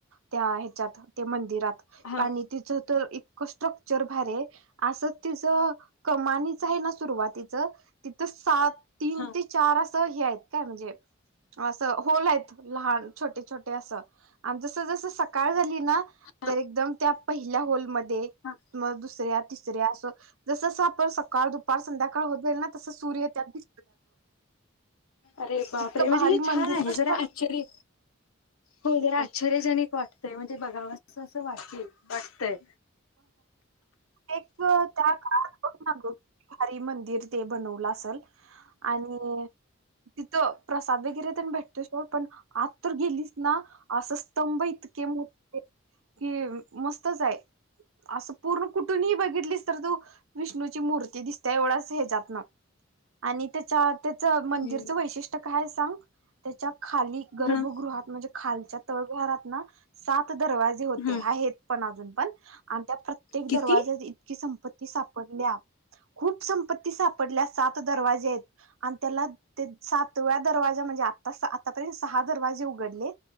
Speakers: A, on the right; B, on the left.
A: त्या हे च्यात मंदिरात.
B: हा
A: आणि तिचं तर इत इतकं स्ट्रक्चर भारी हाय अस तीज कमानीच हायना सुरवातीच तिथ साप तीन
B: हा
A: ते चार असं हे हायत. काय म्हणजे अस होल हाईत लहान छोटे छोटे असं आणि जस जस सकाळ झाली ना
B: हा
A: तर एकदम त्यात पहिल्या होल मध ते
B: हा
A: मग दुसऱ्यात तिसऱ्या आसं जस साप तर सकाळ दुपार संध्याकाळ होत जाईल ना तसं सूर्य त्यात दि
B: अरे बापरे
A: इतकं
B: म्हणजे
A: भारी
B: हे छान
A: मंदिरच
B: आहे. जरा आश्चर्य हो
A: स्ट्रक्चर
B: जरा आश्चर्यजनिक वाटत्यय. ते बघावं असं सं वाट ते मस्त हाय.
A: एक वेळ ताक. <unintelligible> भारी मंदिर ते बनवलं आसल आणि तिथ प्रसाद वैगरे तेन भेटतो सोड पण आत तर गेलीसं ना आस स्तंभ इतके मोठे कि मस्तच हाय आसं पूर्ण कुठून ही बघितलीस तर तू विष्णूची मूर्ती दिसत्या, एवढाच हे ज्यात न आणि ते च्यात तेचं मंदिरचं
B: हम्म.
A: वैशिष्ट काय सांग? ते चक खाली गर्भगृहात
B: हा
A: म्हजे खालच्यात तळ घरात ना सात दरवाजे होते
B: हा
A: आहेत पण आजून पण <inaudible> ते एक
B: किती?
A: दरवाजा इतकी संपत्त ती सापडल्या खूप संपत्ती सापडल्या सात दरवाजे हायत आणि त्याला ते सातव्या दरवाजा म्हणजे आता आतापर्यंत सहा दरवाजे उघडले